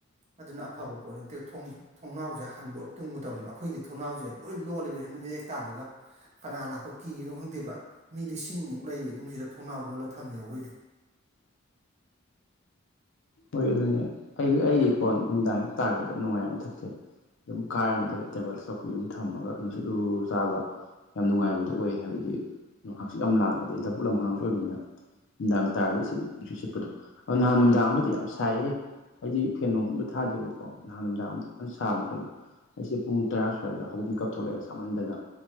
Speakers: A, on the right; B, on the left.
A: ꯑꯗꯨꯅ ꯑꯐꯕ ꯄꯣꯠ ꯅꯠꯇꯦ ꯊꯣꯡꯕ ꯊꯣꯡꯅꯥꯎꯁꯦ ꯍꯥꯡꯗꯣꯛꯑ ꯇꯨꯝꯒꯗꯧꯅꯦꯕ ꯑꯩꯈꯣꯏꯗꯤ ꯊꯣꯡꯅꯥꯎꯁꯦ ꯂꯣꯏ ꯂꯣꯜꯂꯦꯕ ꯍꯦꯟꯅ ꯃꯤꯌꯦꯛ ꯇꯥꯕꯒ ꯀꯅꯥ ꯂꯥꯛꯄ ꯀꯤꯅꯣ ꯈꯪꯗꯦꯕ ꯃꯤꯗꯤ ꯁꯤꯡꯃꯨꯛ ꯂꯩꯕ ꯏꯅꯨꯡꯁꯤꯗ ꯊꯣꯡꯅꯥꯎ ꯂꯣꯜꯂ ꯊꯝꯃꯦꯕ ꯑꯩꯈꯣꯏꯗꯤ
B: ꯍꯣꯏ ꯑꯗꯨꯅꯦ ꯑꯩ ꯑꯩꯒꯤ ꯀꯣꯟ ꯅꯨꯃꯤꯗꯥꯡ ꯍꯦꯛ ꯇꯥꯈ꯭ꯔꯗꯤ ꯌꯥꯝ ꯅꯨꯡꯉꯥꯏꯌꯦꯕ ꯃꯊꯛꯁꯦ ꯗꯨꯝ ꯀꯥꯏꯔꯅꯤ ꯗꯣ ꯇꯦꯕꯜ ꯆꯧꯀꯤ ꯑꯝ ꯊꯝꯃꯒ ꯅꯨꯡꯁꯤꯠ ꯎꯔꯨꯔꯨ ꯆꯥꯕ__ ꯌꯥꯝ ꯅꯨꯡꯉꯥꯏꯕꯗꯣ ꯑꯣꯏ ꯍꯥꯏꯕꯗꯤ ꯍꯛꯆꯤ ꯌꯥꯝ ꯂꯥꯡꯉꯦ ꯑꯗꯩ ꯂꯕꯨꯨꯛ ꯂꯝ ꯍꯥꯡꯁꯨ ꯑꯣꯏꯕꯅꯤꯅ ꯅꯨꯡꯗꯥꯡ ꯇꯥꯔꯗꯤ ꯁꯤ ꯅꯨꯡꯁꯤ ꯁꯤꯠꯄꯗꯣ ꯑ ꯅꯍꯥꯟ ꯅꯨꯡꯗꯥꯡꯑꯝꯒꯤ__ ꯌꯥꯝ ꯁꯥꯏꯌꯦ ꯍꯥꯏꯗꯤ ꯐꯦꯟ ꯅꯨꯡꯁꯨ ꯑꯝꯇ ꯊꯥꯗꯦꯕꯀꯣ ꯅꯍꯥꯟ ꯃꯤꯗꯥꯡ ꯑꯃ ꯐꯖꯅ ꯁꯥꯕꯅꯦ ꯀꯩꯅꯣ ꯑꯩꯁꯦ ꯄꯨꯡ ꯇꯔꯥ ꯁ꯭ꯋꯥꯏꯗ ꯍꯧꯃꯤꯀꯞ ꯊꯣꯛꯂꯛꯑꯦ ꯁꯥꯃꯟꯗꯅ꯫